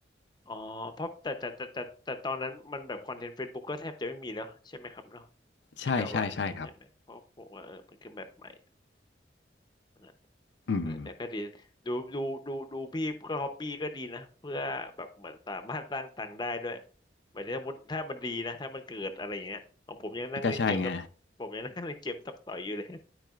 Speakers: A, on the left (about 25°); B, on the left (about 80°).
A: อ๋อเพราะแต่แต่แต่แต่แต่ตอนนั้นมันแบบคอนเทนต์เฟซบุ๊กก็แทบจะไม่มีแล้วใช่ไหมครับเนาะที่แบบว่าใช่ใช่ไหมเพราะผมว่าเออมันคือแบบใหม่
B: ใช่ใช่ใช่ครับ
A: มันแบบ
B: อืม
A: เออแต่ก็ดีดูดูดูดูพี่ก็ฮอบบี้ก็ดีนะเพื่อแบบเหมือนสามารถสร้างตังค์ได้ด้วยหมายถึงสมมติถ้ามันดีนะถ้ามันเกิดอะไรอย่างเงี้ยของผมยังนั่งเล่นเกมแล้วผมยังนั่งเล่นเกมตอกต่อยอยู่เลย
B: ก็ใช่ไง